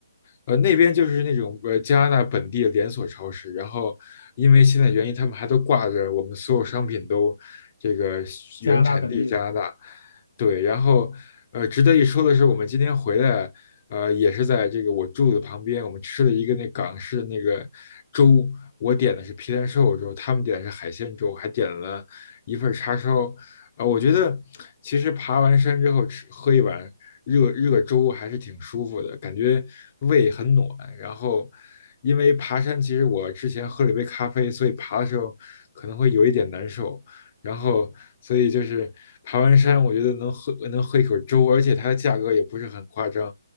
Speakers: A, on the left (about 40°); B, on the left (about 75°).
A: 呃，那边就是那种呃加拿大本地的连锁超市，然后因为现在原因，他们还都挂着我们所有商品都这个原产地加拿大，
B: 加拿大本地的。
A: 对，然后呃，值得一说的是，我们今天回来，呃，也是在这个我住的旁边，我们吃了一个那港式的那个粥，我点的是皮蛋瘦肉粥，他们点的是海鲜粥，还点了一份叉烧，呃，我觉得其实爬完山之后吃喝一碗热热粥还是挺舒服的，感觉胃很暖。然后，因为爬山，其实我之前喝了一杯咖啡，所以爬的时候可能会有一点难受。然后，所以就是爬完山，我觉得能喝能喝一口粥，而且它的价格也不是很夸张，